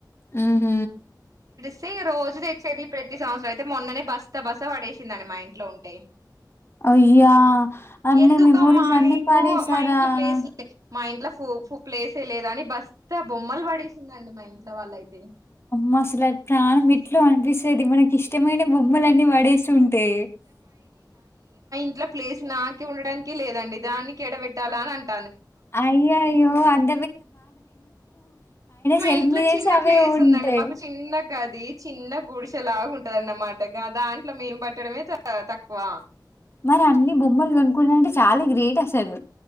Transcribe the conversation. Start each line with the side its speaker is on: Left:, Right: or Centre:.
Left: ఆహ
Right: సే రోజు తెచ్చేది ప్రతి సంవత్సరం అయితే మొన్ననే బస్తా బస్తా పడేసిందండి మా ఇంట్లో ఉంటే
Left: అయ్యా అన్ని
Right: ఎందుకమ్మా
Left: మెమోరీస్ అన్ని
Right: నీకు
Left: పాడేశారా
Right: మా ఇంట్లో ప్లేస్ మా ఇంట్లో ప్లేసే లేద అని బస్త బొమ్మలు పడేసిందండి మా ఇంట్లో వాళ్ళ అయితే
Left: మసాల ప్రాణ మ ఎట్లా అనిపిస్తుది మనకి ఇష్టమైన బొమ్మలన్నీ వాడేసింటే
Right: ఇట్లా ప్లేస్ నాకే ఉండడానికి లేదండి దానికి ఎడబెట్టాలా అని అంట
Left: అయ్య అయ్యో అది
Right: మా
Left: షెల్ఫ్
Right: ఇంట్లో
Left: మీద
Right: చిన్న
Left: ఏస్తే అవే
Right: ప్లేస్
Left: ఉంటాయి
Right: ఉందండి మాకు చిన్నగాది చిన్న గుడిసెలాగా ఉంటదన్నమాట దాంట్లో మేము పట్టడమే తక్కువ
Left: మరి అన్ని బొమ్మలు కొనుక్కున్నా అంటే చాలా గ్రేట్ అసలు